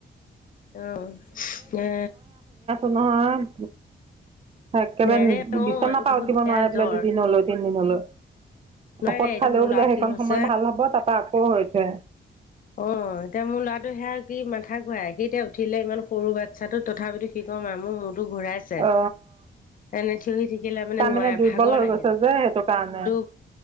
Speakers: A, on the left (about 40°); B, on the right (about 30°).
A: আহ ন
B: অঁ। একেবাৰে
A: নেৰে অ
B: বিচনা
A: এইটো
B: পা
A: বহুত
B: উঠিব
A: বেয়া
B: নোৱাৰে বোলে
A: জ্বৰ।
B: দুদিনলৈ তিনদিনলৈ।
A: নোৱাৰে
B: ঔষধ
A: এতিয়া
B: খালেও
A: মোৰ
B: বোলে
A: ল'ৰা
B: সেইখন
A: কি হৈছে
B: সময় ভাল হ'ব তাৰাপা আকৌ হৈছে।
A: অ এতিয়া মোৰ ল'ৰাটো সেয়া কি মাথা ঘূৰায়। সি এতিয়া উঠিলে ইমান সৰু বাচ্ছাটোক তথাপিতো কি কয় মা মোৰ মূৰটো ঘূৰাইছে।
B: অ
A: এনে খিনি থাকিলে মানে
B: তাৰমানে
A: নোৱাৰে
B: দুৰ্বল
A: ভাগৰ
B: হৈ
A: লাগে।
B: গৈছে যে সেইটো কাৰণে
A: দু